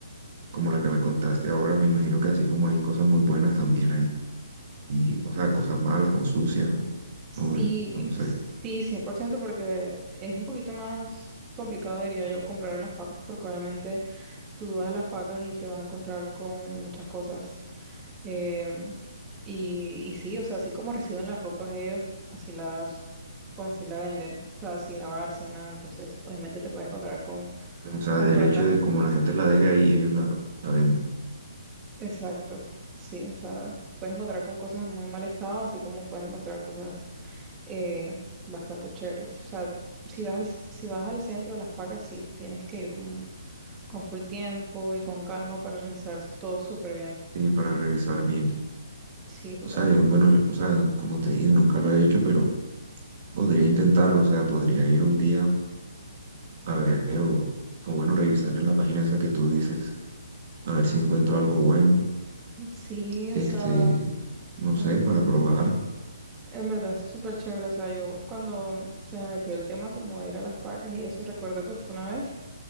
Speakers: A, on the right; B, on the right.
A: como la que me contaste ahora, me imagino que así como hay cosas muy buenas también hay, y, o sea, cosas malas o sucias, o, o,
B: Sí,
A: eh, no sé,
B: sí, 100%, porque es un poquito más complicado, diría yo, comprar en las pacas, porque obviamente tú vas a las pacas y te vas a encontrar con muchas cosas. Em, y, y sí, o sea, así como reciben las ropas ellos, así las, pues así la venden, o sea, sin lavar, sin nada, entonces obviamente te puedes encontrar con,
A: o sea,
B: comprendas
A: derecho de como la gente la deje ahí, ellos la, la venden.
B: Exacto, sí, o sea, puedes encontrar con cosas en muy mal estado, así como puedes encontrar cosas eh, bastante chéveres. O sea, si vas al, si vas al centro de Las Pacas, sí tienes que ir con, con full tiempo y con calma para revisar todo súper bien.
A: eh, para revisar bien.
B: Sí, total.
A: O sea, yo, bueno, yo- o sea, como te dije, nunca lo he hecho, pero podría intentarlo. O sea, podría ir un día a ver o, o bueno, revisar en la página esa que tú dices, a ver si encuentro algo bueno,
B: Sí, o
A: este,
B: sea,
A: no
B: en,
A: sé, para probar.
B: en verdad es súper chévere. O sea, yo cuando se me metió el tema como de ir a Las Pacas y eso, recuerdo que fue una vez.